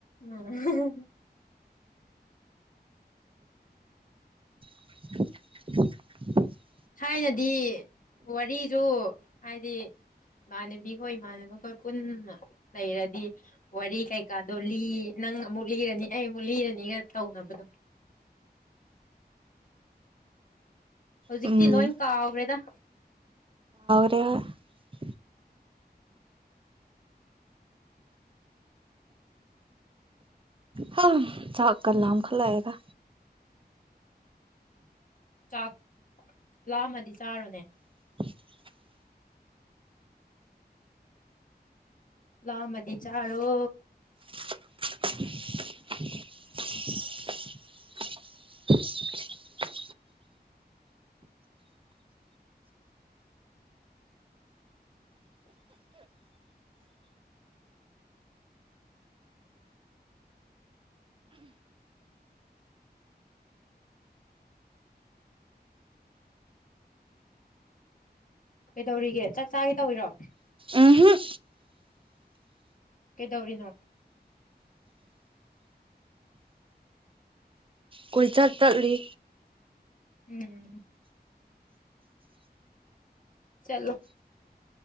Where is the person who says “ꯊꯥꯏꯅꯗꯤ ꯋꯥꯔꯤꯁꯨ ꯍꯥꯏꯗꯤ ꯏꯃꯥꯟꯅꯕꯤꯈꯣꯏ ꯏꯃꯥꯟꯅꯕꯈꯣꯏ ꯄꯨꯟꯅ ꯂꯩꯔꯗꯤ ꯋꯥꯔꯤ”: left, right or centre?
Left